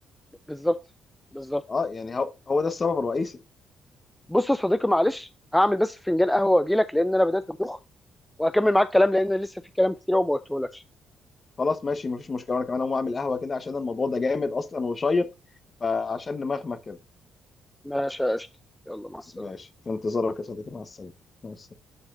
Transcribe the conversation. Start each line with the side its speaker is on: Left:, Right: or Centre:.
Centre: بالظبط بالظبط
Left: اه يعني هو هو ده السبب الرئيسي
Centre: بص يا صديقي معلش هعمل بس فنجان قهوه واجي لك لان انا بدات ادوخ وهكمل معاك الكلام لان لسه في كلام كتير وما قلتهولكش
Left: خلاص ماشي مفيش مشكلة أنا كمان هقوم أعمل قهوة كده عشان الموضوع ده جامد أصلا وشيق فعشان نمخمخ كده
Centre: ماشي يا قشطه يلا مع السلامه
Left: ماشي في انتظارك يا صديقي مع السلامة مع السلامة